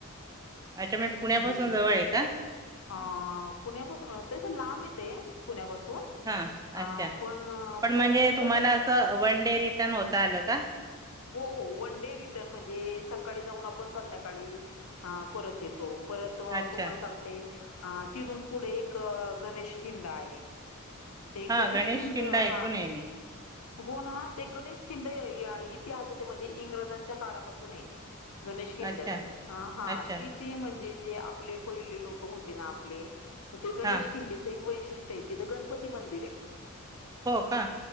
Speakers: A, on the right; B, on the left.
A: अच्छा मी पुण्यापासून
B: सिद्धेश्वर
A: जवळ आहे का
B: अ पुण्यापासून त्याच लांब येते पुण्यापासून
A: हा अच्छा
B: अ पण
A: पण
B: पर्यटन
A: म्हणजे तुम्हाला अस वन डे रिटन होता आलं का
B: हो हो वन डे रिटर्न म्हणजे सकाळी जाऊन आपण संध्याकाळी परत येतो परत तुम्हाला
A: अच्छा
B: सांगते अ तिथून पुढे एक गणेश खिंडा आहे ते
A: हा
B: गणेश खिंड
A: किल्ला
B: हा
A: ऐकून आहे मी.
B: हो ना ते गणेश खिंडे इतिहासाचे म्हणजे इंग्रजांच्या काळापासून आहे गणेश खिंड
A: अच्छा
B: हा
A: अच्छा
B: तिथे म्हणजे आप पहिले लोक होते ना आपले तर ते गणेश
A: हा
B: खिंडी एक वैशिष्ट्य त ग िरपती मंदिर आहे
A: हो का